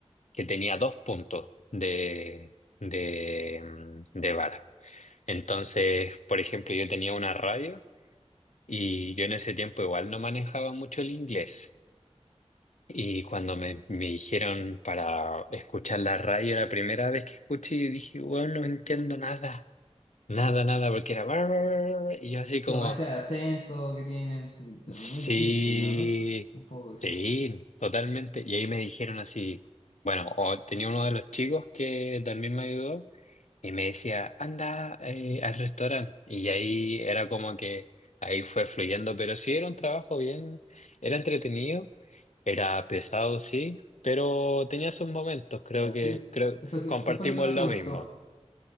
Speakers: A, on the left (about 85°); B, on the left (about 65°).
A: que tenía dos puntos de, de, mm, de bar. Entonces, por ejemplo, yo tenía una radio y yo en ese tiempo igual no manejaba mucho el inglés. Y cuando me, me dijeron para escuchar la radio la primera vez que escuché, dije, bueno, no entiendo nada, nada, nada, porque era... bar, bar, bar, bar, Y yo así como,
B: Pero más allá de acento que tienen, mm,
A: sí,
B: es difícil son yo, ¿no? Un poco
A: sí,
B: quizá.
A: totalmente. Y ahí me dijeron así, bueno, o tenía uno de los chicos que también me ayudó y me decía, anda eh, al restaurante. Y ahí era como que ahí fue fluyendo, pero sí era un trabajo bien, era entretenido. Era pesado, sí, pero tenía sus momentos, creo
B: Ya,
A: que
B: sí, eso,
A: creo,
B: eso ¿qué,
A: compartimos
B: qué fue lo que más
A: lo
B: te gustó?
A: mismo.